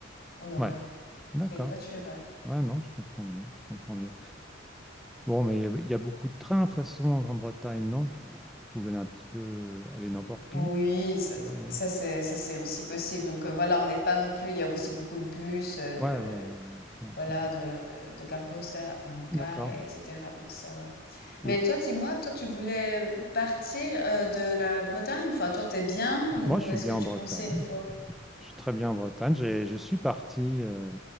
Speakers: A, on the left (about 55°); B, in the centre.
A: on aurait
B: Ouais, d'accord.
A: pris une voiture, ouais.
B: Ouais, non, je comprends mieux, je comprends mieux. Bon, mais il y a beaucoup de trains, de toute façon, en Grande-Bretagne, non? Vous pouvez aller un petit peu, euh, aller n'importe
A: Oui,
B: où.
A: ça
B: Ouais, hein.
A: ça c'est ça c'est aussi possible donc, heu, voilà, on n'est pas non plus il y a aussi beaucoup de bus, heu,
B: ouais,
A: de
B: ouais, ouais, ouais, ouais,
A: Voilà,
B: c'est bien.
A: de, euh, de cars posta enfin de car
B: D'accord
A: et etc donc ça va. Mais
B: et
A: toi, dis-moi, toi, tu voulais partir, heu, de la Bretagne? une fois toi, t'es bien ou
B: moi, je suis
A: est-ce
B: bien
A: que tu
B: en Bretagne.
A: pensais une fois?
B: Je suis très bien en Bretagne. J'ai je suis parti, heu,